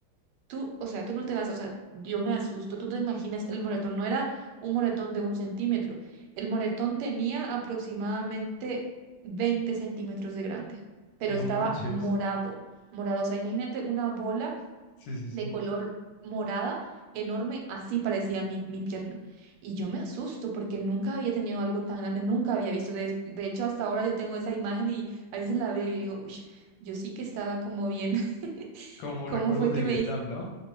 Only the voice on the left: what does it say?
No
manches.
Sí, sí,
sí.
Como
recuerdos
de
Vietnam,
¿no?